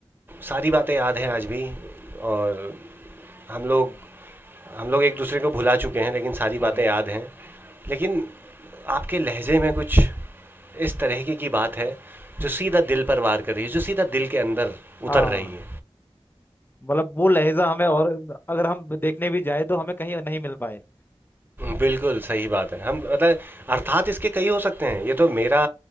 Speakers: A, on the right; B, on the left.
A: सारी बातें याद हैं आज भी और हम लोग हम लोग एक दूसरे को भुला चुके हैं लेकिन सारी बातें
B: हाँ
A: याद हैं लेकिन आपके लहजे में कुछ इस तरीके की बात है जो सीधा दिल पर वार कर रही है जो सीधा दिल के अंदर उतर
B: हाँ
A: रही है
B: मतलब वो लहजा हमें और अगर हम देखने भी जाए तो हमें कहीं नहीं मिल पाए
A: बिल्कुल, सही बात है। हम मतलब अर्थात इसके कई हो सकते हैं। ये तो मेरा